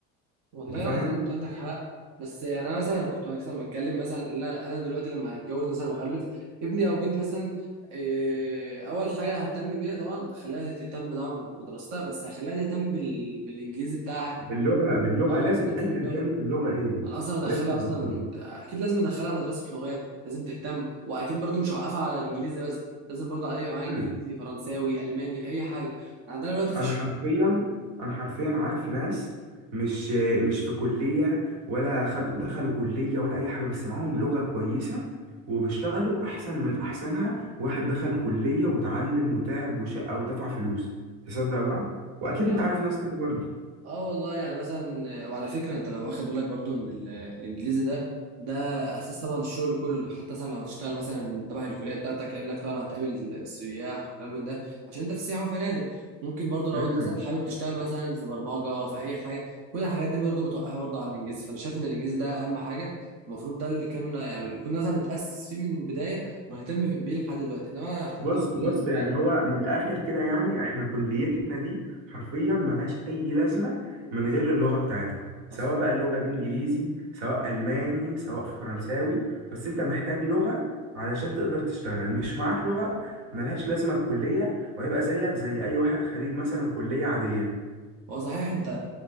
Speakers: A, on the right; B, on the right.
A: والله
B: انت فاهم
A: العظيم انت عندك حق بس يعني انا مثلا كنت مثلا بتكلم مثلا لا انا أنا دلوقتي لما هتجوز مثلا واخلف ابني او بنتي مثلا إيه، اول حاجه ههتم بيها طبعا خليها تهتم طبعا بدراستها بس هخليها تهتم بال... بالانجليزي بتاعها
B: باللغه باللغه
A: اه
B: لازم
A: لازم
B: ايا
A: اللغه
B: كانت اللغه ايه
A: انا اصلا ادخلها
B: لازم باللغة.
A: اصلا اكيد لازم ادخلها مدرسه لغات لازم تهتم واكيد برضو مش هوقفها على الانجليزي بس لازم برضو عليها معايا
B: مم.
A: انجليزي فرنساوي الماني اي حاجه يعني عندنا دلوقتي في
B: انا حرفيا انا حرفيا عارف ناس مش مش في كليه ولا خد دخلوا كليه ولا اي حاجه بس معاهم لغه كويسه وبيشتغلوا احسن من احسنها واحد دخل كليه وتعلم وتعب وشقى ودفع فلوس تصدق بقى واكيد
A: الشغل
B: انت عارف ناس كده برضه
A: اه والله يعني مثلا وعلى فكره انت لو واخد بالك برضو ان ال- الانجليزي ده ده اساس طبعا الشغل كله حتى مثلا لو هتشتغل مثلا تبع الكليه بتاعتك لانك طبعا هتقابل سياح وكلام من ده عشان انت في سياحه وفنادق ممكن برضو
B: مم.
A: لو انت مثلا حابب تشتغل مثلا في برمجه في اي حاجه كل الحاجات دي برضو متوقفه برضو على الانجليزي فانا شايف ان الانجليزي ده اهم حاجه المفروض ده اللي كان يعني اللي كنا مثلا نتاسس فيه من البدايه ونهتم بيه لحد دلوقتي انما احنا
B: بص
A: طبعا
B: بص
A: كلنا بنكرر
B: يعني هو من الاخر كده يعني احنا كليتنا دي حرفيا ملهاش اي لازمه من غير اللغه بتاعتها سواء
A: اصلا
B: بقى اللغه دي انجليزي سواء الماني سواء فرنساوي بس انت محتاج لغه علشان تقدر تشتغل مش معاك لغه ملهاش لازمه الكليه وهيبقى زيك زي اي واحد خريج مثلا كليه عاديه
A: هو صحيح انت